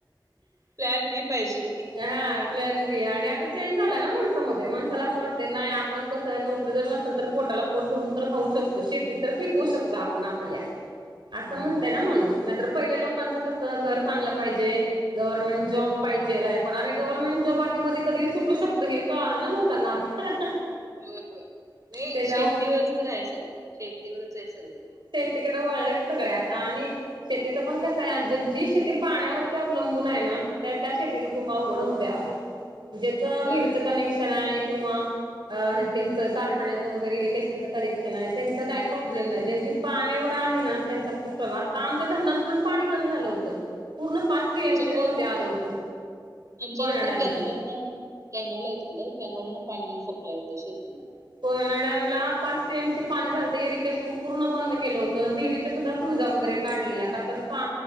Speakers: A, on the right (about 40°); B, on the right (about 70°).
A: प्लॅन बी पाहिजे
B: हां. प्लॅन बी, आणि आता चेंज झाला ना माणसामध्ये मणसाला असं वाटतंय, नाही आपण कसं नोकरी जर नस ल तर पोटाला पोट भरून तर खाऊ शकतो शेतीत तर पिकवू
A: हो
B: शकतो आपण आपल्या. असं
A: हम्म
B: म्हणतय ना माणूस नाहीतर पहिल्या लोकांचं कसं घर चांगलं पाहिजे गव्हर्नमेंट जॉब पाहिजेल आहे. पण अरे गव्हर्नमेंट जॉब आधी मध्ये कधीही सुटू शकतो हे कळालं ना लोकांना आता. <inaudible>
A: होय! होय! नाही
B: त्याच्यामुळे
A: शेतीवरच तर आहे सगळं शेतीवरच आहे सगळं.
B: तिकडे वाळलेच सगळे आता आणि शेतीचं पण कसं आहे जी शेती पाण्यावरती अवलंबून आहे ना त्या त्या शेतीच खूप आवघड होते आहो. ज्याच
A: होय
B: विहारीच
A: होय
B: कनेक्शन आहे किंवा कारखान्या वगैरे इरिकेशनच कनेक्शन आहे त्यांचा काही प्रॉब्लेम
A: हम्म
B: नाही ज त्यांची पाण्यावर आहे ना त्यांचा खूप आता
A: हम्म.
B: आमच्या धरणात पण पाणी कमी झालं होत पूर्ण टीएमसी
A: आमच्याकडे
B: वरती आलं होतं
A: आमच्याकडे
B: कोयना
A: तर
B: डॅमला.
A: कॅनॉल आहेत ना कॅनॉल आहे तिकडे कॅनॉल न पाणी सप्लाय होते शेतीला.
B: कोयना डॅम ला पाच टी. एम. सी. पाणी झालत इरिगेशन पूर्ण बंद केलं होतं विहिरीत च्या सुद्धा फ्युजा वगैरे काढलेल्या का तर पा